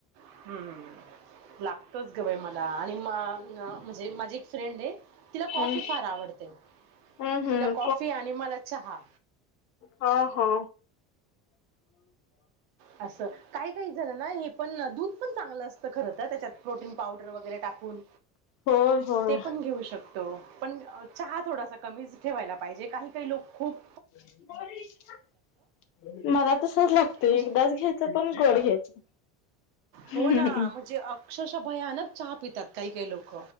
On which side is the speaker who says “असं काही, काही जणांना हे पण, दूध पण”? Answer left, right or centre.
Right